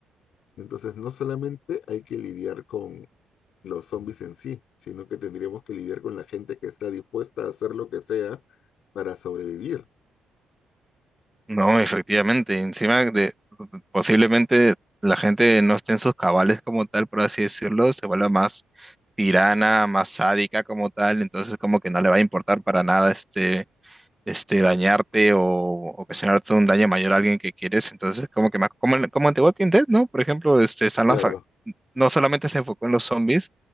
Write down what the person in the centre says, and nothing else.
No, efectivamente, encima de posiblemente la gente no esté en sus cabales como tal, por así decirlo, se vuelva más tirana, más sádica como tal, entonces como que no le va a importar para nada este, este dañarte o ocasionarte un daño mayor a alguien que quieres, entonces como que más, como, en- como en The Walking Dead, ¿no? Por ejemplo, este, están
las, fac- no solamente se enfocó en los zombies,